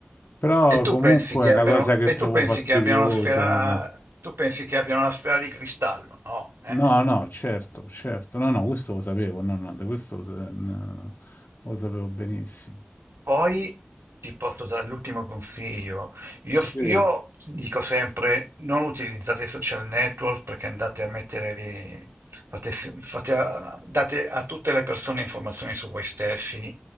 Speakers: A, on the left (about 65°); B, on the right (about 75°).
A: Però
B: E tu
A: comunque
B: pensi che
A: è una
B: abbiano,
A: cosa che
B: e
A: trovo
B: tu pensi
A: fastidiosa.
B: che abbiano una sfera,
A: ma-
B: tu pensi che abbiano una sfera di cristallo? No, eh?
A: No, no, certo, certo, no, no, questo lo sapevo, no, no, di questo lo, sa- no, lo sapevo benissimo.
B: Poi ti posso dare l'ultimo consiglio. Io,
A: Sì,
B: io dico sempre: non utilizzate i social network perché andate a mettere lì, fate, fate a- date a tutte le persone informazioni su voi stessi,